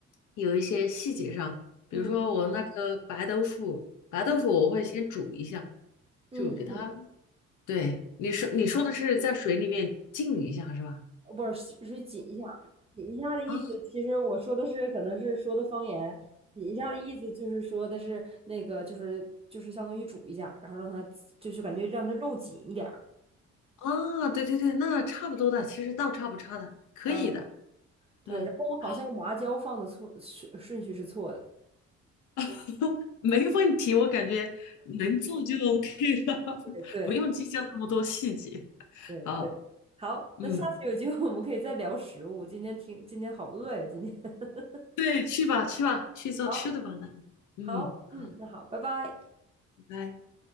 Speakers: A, on the left; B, on the right.
A: 有一些细节上，比如说我那个白豆腐，
B: 嗯
A: 白豆腐我会先煮一下。
B: 嗯嗯嗯，
A: 就给它对，你说你说的是在水里面浸一下是吧？
B: 水紧一下，呃不是水水紧一下，紧一下的意思，
A: 啊
B: 其实我说的是可能是说的方言，紧一下的意思就是说的是那个就是就是相当于煮一下，然后让它就是感觉让它肉紧一点儿，
A: 啊，对对对，那差不多的，其实倒差不差的，可以的，
B: 嗯，对，
A: 嗯，
B: 然后我好像麻椒放的错顺顺序是错的，
A: 好，<laughs> 没问题，我感觉能做就 OK 了，
B: 对对
A: <laughs> 不用计较那么多细节。
B: 对对，
A: 好，
B: 好，
A: 嗯，
B: 那下次有机会我们可以再聊食物，今天听今天好饿呀，今天 <laughs>
A: 对，去吧去吧，去做吃的吧，
B: 好。
A: 那，嗯，
B: 好，
A: 好，
B: 嗯，那好，拜拜。
A: 拜拜。